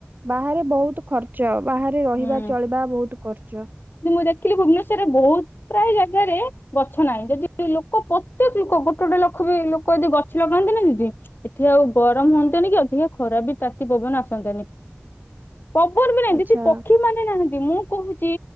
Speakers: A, on the right (about 45°); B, on the left (about 55°).
A: ବାହାରେ ବହୁତ ଖର୍ଚ୍ଚ ବାହାରେ ରହିବା
B: ହୁଁ
A: ଚଳିବା ବହୁତ ଖର୍ଚ୍ଚ
B: ମୁଁ ଦେଖିଲି ଭୁବନେଶ୍ୱରରେ ବହୁତ ପ୍ରାୟ ଜାଗାରେ ଗଛ ନାହିଁ ଯଦି ଲୋକ ପ୍ରତ୍ୟେକ ଲୋକ ଗୋଟେ ଗୋଟେ ଲୋକ ବି ଲୋକ ଯଦି ଗଛ ଲଗାନ୍ତି ନା ଦିଦି ଏଠି ଆଉ ଗରମ ହୁଅନ୍ତାନି କି ଅଧିକା ଖରା ବି ତାତି ପବନ ଆସନ୍ତା ନି।
A: <inaudible>
B: ପବନ ବି ନାହିଁ
A: ଆଚ୍ଛା
B: ଦିଦି ପକ୍ଷୀ ମାନେ ନାହାଁନ୍ତି। ମୁଁ କହୁଛି